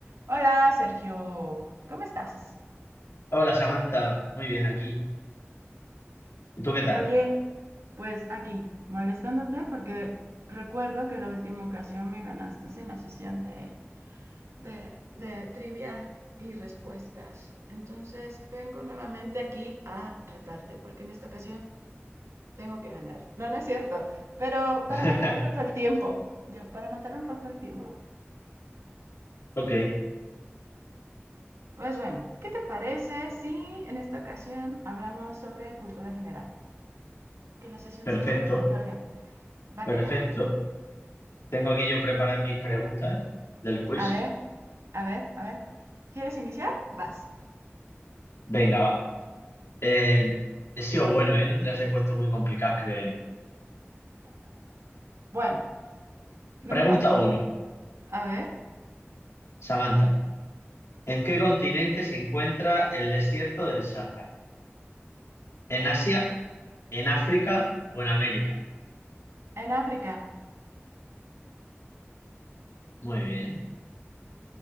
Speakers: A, on the right; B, on the left.
A: Hola, Sergio, ¿cómo estás?
B: Hola Samantha, muy bien aquí. ¿Y tú qué tal?
A: Oye, pues aquí, molestándote porque recuerdo que la última ocasión me ganaste en la sesión de, de, de trivia y respuestas. Entonces vengo nuevamente aquí a retarte porque en esta ocasión tengo que ganar. No, no es cierto, pero para
B: <laughs>
A: matar un rato el tiempo. Yo, para matar un rato el tiempo.
B: Ok,
A: Pues bueno, ¿qué te parece si en esta ocasión hablamos sobre cultura general? Que la sesión
B: perfecto,
A: sea sobre cultura general. Va
B: perfecto.
A: que va.
B: Tengo aquí yo preparadas mis preguntas del quiz.
A: A ver, a ver, a ver. ¿Quieres iniciar? Vas.
B: Venga, va. Eh, he sido bueno, ¿eh? No te las he puesto muy complicadas, creo yo.
A: Bueno, no
B: Pregunta
A: importa.
B: uno,
A: A ver,
B: Samantha. ¿En qué continente se encuentra el desierto del Sáhara? ¿En Asia, en África o en América?
A: en África.
B: Muy bien,